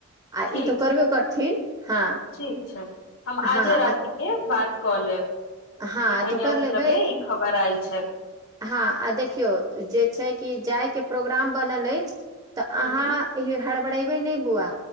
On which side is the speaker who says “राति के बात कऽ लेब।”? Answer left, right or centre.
Left